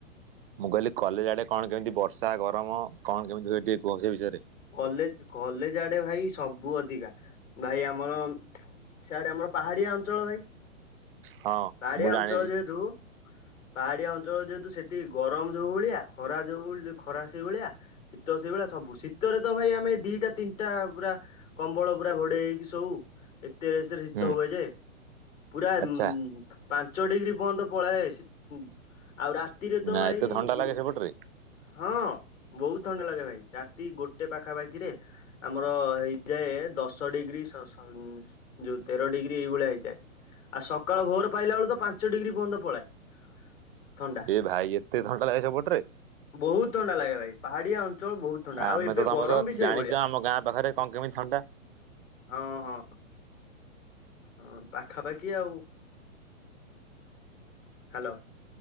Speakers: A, on the right (about 45°); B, on the left (about 75°).
A: ମୁଁ କହିଲି କଲେଜ ଆଡ଼େ କଣ କେମିତି ବର୍ଷା, ଗରମ, କଣ କେମିତି ହୁଏ ଟିକେ କୁହ ସେ ବିଷୟରେ?
B: କଲେଜ, କଲେଜ ଆଡ଼େ ଭାଇ ସବୁ ଅଧିକା, ଭାଇ ଆମର ସିଆଡେ ଆମର ପାହାଡିଆ ଅଞ୍ଚଳ ଭାଇ
A: ହଁ
B: ପାହାଡିଆ
A: ମୁଁ
B: ଅଞ୍ଚଳ
A: ଜାଣିଛି
B: ଯେହେତୁ ପାହାଡିଆ ଅଞ୍ଚଳ ଯେହେତୁ ସେଠି ଗରମ ଯୋଉ ଭଳିଆ ଖରା ଯୋଉ ଭଳି ଖରା ସେଇଭଳିଆ। ଶୀତ ସେଇଭଳିଆ ସବୁ ଶୀତରେ ତ ଭାଇ ଆମେ ଦିଟା ତିନିଟା ପୁରା କମ୍ବଳ ପୁରା ଘୋଡେଇ ହେଇକି ଶୋଉ ଏତେ ଏତେ ଶୀତ
A: ହୁଁ
B: ହୁଏ ଯେ, ପୁରା
A: ଆଚ୍ଛା
B: ଉଁ ପାଞ୍ଚ ଡିଗ୍ରୀ ପର୍ଯ୍ୟନ୍ତ ପଳାଏ ଶୀ ଆଉ ରାତିରେ ତ
A: ନା
B: ଭାଇ
A: ଏତେ ଥଣ୍ଡା
B: ଗୋ
A: ଲାଗେ ସେପଟରେ
B: ହଁ ବୋହୁତ୍ ଥଣ୍ଡା ଲାଗେ ଭାଇ ରାତି ଗୋଟେ ପାଖାପାଖିରେ ଆମର ହେଇଯାଏ ଦଶ ଡିଗ୍ରୀ ସସ ଯୋଉ ତେର ଡିଗ୍ରୀ ଏଇଭଳିଆ ହେଇଯାଏ। ଆଉ ସକାଳ ଭୋର ପାଇଲା ବେଳ ତ ପାଞ୍ଚ ଡିଗ୍ରୀ ପର୍ଯ୍ୟନ୍ତ ପଳାଏ। ଥଣ୍ଡା।
A: ଏ ଭାଇ ଏତେ ଘଣ୍ଟା ଲାଗେ ସେପଟରେ?
B: ବୋହୁତ୍ ଥଣ୍ଡା ଲାଗେ ଭାଇ। ପାହାଡିଆ ଅଞ୍ଚଳ ବହୁତ୍ ଥଣ୍ଡା।
A: ଆମେ
B: ଆଉ ଏବେ
A: ତ ତମେ
B: ଗରମ
A: ତ
B: ବି ସେଇଭଳିଆ।
A: ଜାଣିଛ ଆମ ଗାଁ ପାଖରେ କଣ କେମିତି ଥଣ୍ଡା
B: ହଁ ହଁ। ହଁ ପାଖାପାଖି ଆଉ। ହାଲୋ